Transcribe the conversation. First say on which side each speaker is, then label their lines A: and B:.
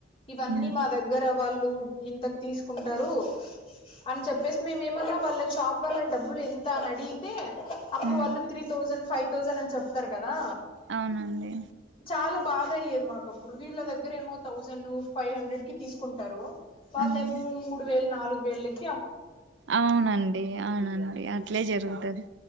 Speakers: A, on the left; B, on the right.
A: ఇవన్నీ
B: ఉమ్
A: మా దగ్గర వాళ్ళు ఇంతకు తీసుకుంటారు అని చెప్పేసి మే ఏమన్నా వాళ్ళనీ షాప్ వళ్ళని డబ్బులు ఎంత అని అడిగితే అప్పుడు
B: ఉమ్
A: వాళ్ళు త్రీ థౌసండ్ ఫైవ్ థౌసండ్ అన్ చెప్తారు కదా
B: అవునండి
A: చాలా బాధ అయ్యేది మాకప్పుడు వీళ్ళ దగ్గర ఏమో థౌసండ్ ఫైవ్ హండ్రెడ్ కి తీసుకుంటారు వాళ్ళేమో
B: ఉమ్
A: మూడు వేలు నాలుగు వేల్ వేల్
B: అవునండి అవునండి అట్లే జరుగు తది